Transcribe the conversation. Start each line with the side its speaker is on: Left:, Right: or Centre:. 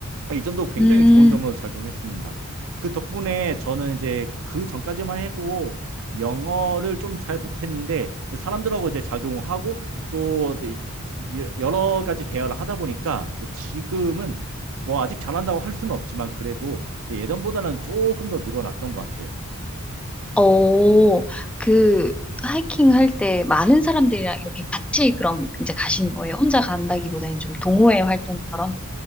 Right: 아, 이 점도 굉장히
Centre: 음
Right: 좋은 점으로 작용했습니다. 그 덕분에 저는 이제 그 전까지만 해도 영어를 좀 잘 못했는데 사람들하고 이제 작용하고 또 여- 러 가지 대화를 하다 보니까 뭐 지금은 뭐 아직 잘한다고 할 수는 없지만 그래도 예, 예전보다는 조금 더 늘어났던 것 같아요.
Centre: 어, 그, 하이킹 할 때 많은 사람들이랑 이렇게 같이 그럼 이제 가시는 거예요? 혼자 간다기보다는 좀 동호회 활동처럼?